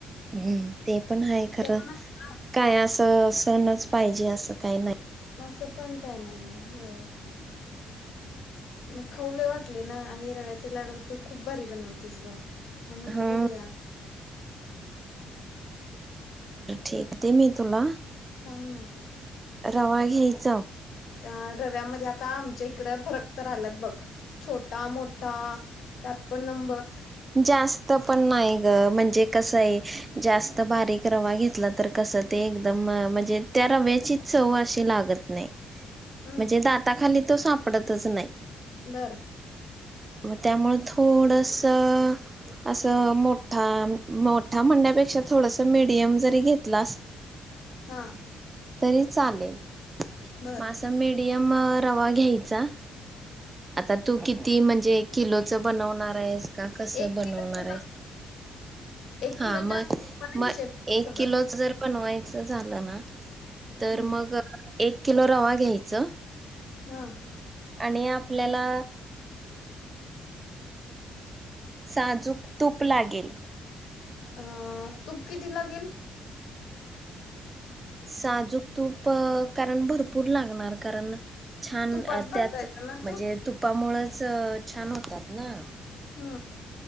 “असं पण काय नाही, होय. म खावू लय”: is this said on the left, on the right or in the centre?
Left